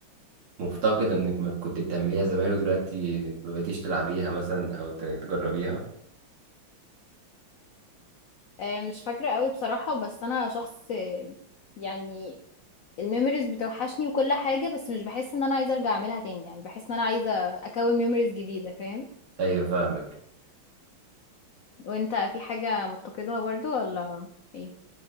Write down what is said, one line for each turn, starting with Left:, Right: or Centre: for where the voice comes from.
Right: مفتقدة إنك ما كنت بتعمليها زمان ودلوقتي ما بقيتيش تلعبيها مثلا أو ت- تجربيها
Left: آه، مش فاكرة قوي بصراحة بس انا شخص آه، يعني الميموريز بتوحشني وكل حاجة بس مش بحس ان انا عايزة ارجع اعملها تاني يعني بحس ان انا عايزة اكون ميموريز جديدة فاهم
Right: أيوة فاهمك
Left: وانت في حاجة مفتقدها برضو ولا ايه